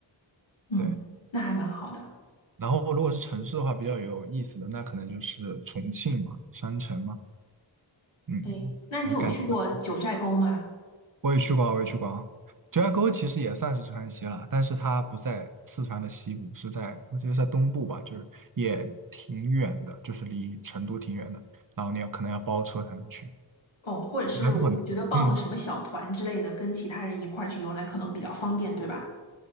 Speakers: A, on the left; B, on the right.
A: 嗯，
B: 对。
A: 那还蛮好的。
B: 然后如果是城市的话，比较有意思的那可能就是重庆嘛，山城嘛，嗯，
A: 哎，那你有去过九寨沟吗？
B: 没感觉。我也去过啊，我也去过啊。九寨沟其实也算是川西了，但是它不在四川的西部，是在我觉得在东部吧，就是也挺远的，就是离成都挺远的，然后你要可能要包车才能去。
A: 哦，或者是我觉得报个什么小团之类的，
B: 还过呢，嗯，
A: 跟其他人一块儿去游览可能比较方便，对吧？